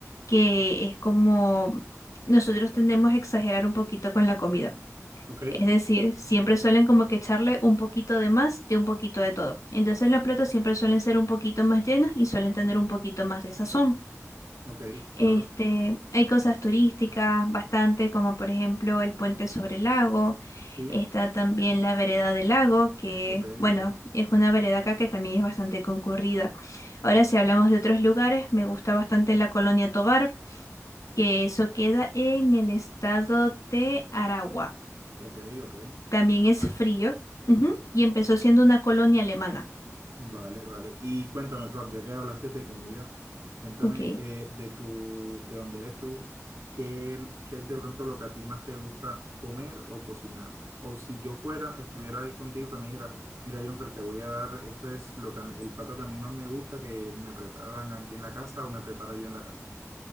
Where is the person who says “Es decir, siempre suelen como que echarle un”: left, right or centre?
Left